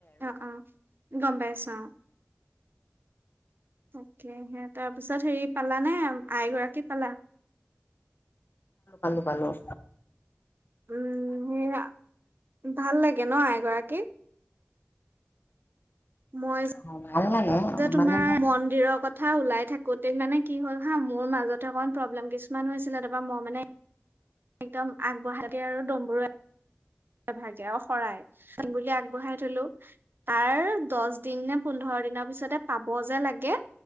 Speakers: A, on the right; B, on the left.
A: অ অ, গম পাইছো অ' অকে তাৰ পিছত হেৰি পালানে? আই গৰাকী পালা?
B: পালোঁ পালোঁ
A: উম সেই সা <inaudible> ভাল লাগে ন এগৰাকীক? মই
B: অ', ভাল লাগে
A: যে তোমাৰ
B: মানে
A: মন্দিৰৰ কথা ওলাই থাক গোতে মানে কি হ'ল হা মোৰ মাজতে অকণ প্ৰব্লেম কিছু, মান হৈছিলে ৰ'বা মই মানে একদম আগবঢ়াকে আৰু দমবোৰে ভাগে অ শৰাই বুলি আগবঢ়াই থলো, তাৰ দহ দিন নে পোন্ধৰ দিনৰ পিছতে পাব যে লাগে